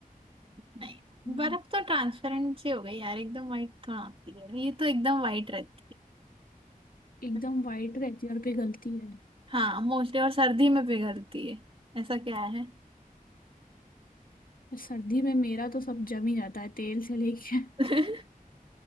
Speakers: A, on the right; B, on the left.
A: नहीं
B: हम्म,
A: बर्फ तो ट्रांसपेरेंट सी हो गई यार एकदम वाइट थोड़ा होती है ये तो एकदम वाइट रहती
B: एकदम
A: है
B: वाइट रहती है और पिघलती है
A: हाँ मोस्टली और सर्दी में पिघलती है ऐसा क्या है
B: यार, सर्दी में मेरा तो सब जम ही जाता है तेल से लेके
A: <laughs>
B: <laughs>